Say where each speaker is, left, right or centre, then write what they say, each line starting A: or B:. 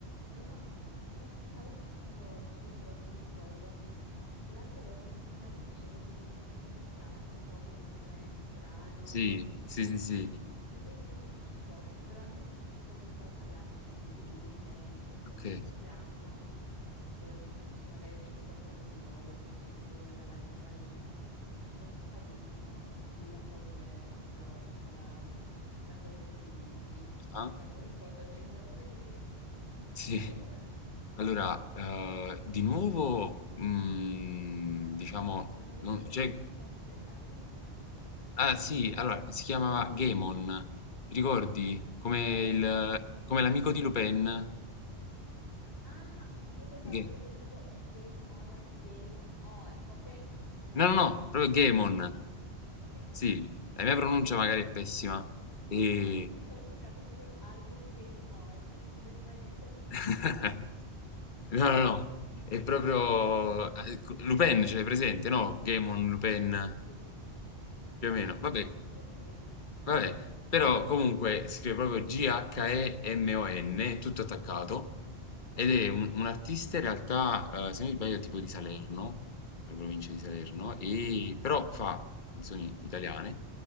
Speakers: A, on the left (about 70°); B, on the left (about 50°).
A: Remo, se- stavo pensando oggi, però non mi ricordo. L'altra volta mi stavi dicendo di, un, di sto cantante qua con il nome strano,
B: Sì,
A: che se-
B: sì, sì, sì,
A: non mi ricordo più chi fosse, però anche un mio amico mi stava parlando di, di lui, e visto che si
B: okay.
A: avvicina il compleanno, vole- non so se magari è uscito qualcosa di nuovo, di recente, volevo regalargli magari un... Non so se fa dischi, per... lui raccoglie proprio, cioè fa la, mm, la collezione di dischi,
B: Ah,
A: però non mi ricordo né il nome né niente.
B: sì.
A: Chi era?
B: Allora, uhm, di nuovo, mhmm, diciamo
A: ma non mi ricordo
B: non c'è
A: neanche chi fosse, aveva un nome strano,
B: ah sì, allora si chiamava Gaemon, ti ricordi? Come
A: ma tipo,
B: il come l'amico di Lupin,
A: ah, io pensavo
B: Ghe
A: intendessi tipo Game On, like Game On, ok,
B: no,
A: <laughs>
B: no, no,
A: stavo cercando
B: proprio Gaemon,
A: chi è, ok,
B: sì. La mia pronuncia
A: ok,
B: magari è pessima, ehm
A: Eh, ma stavo cercando proprio album Game On e non mi veniva niente perché
B: <laughs>
A: sto qua. ok,
B: No, no, no, è proprio a ecco, Lupin ce l'hai presente, no, Gaemon, Lupin,
A: sì, cioè
B: più o meno,
A: sì
B: vabbè.
A: e no, però sì.
B: Vabbè, però comunque si scrive proprio G-H-E-M-O-N, tutto attaccato, ed
A: Mhm,
B: è un, un artista in realtà, eh, se non mi sbaglio, tipo di Salerno, la provincia di Salerno,
A: Ok,
B: e, però fa canzoni italiane